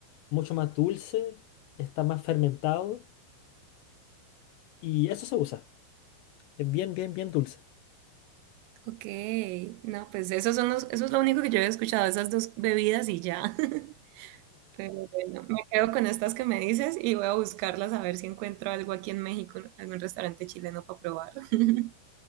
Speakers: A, on the left (about 80°); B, on the right (about 80°).
A: mucho más dulce, está más fermentado y eso se usa. Es bien, bien, bien dulce.
B: Ok, no, pues esos son los, eso es lo único que yo he escuchado, esas dos bebidas y ya. <laughs> Pero bueno, me quedo con estas que me dices y voy a buscarlas a ver si encuentro algo aquí en México, algún restaurante chileno para probar. <laughs>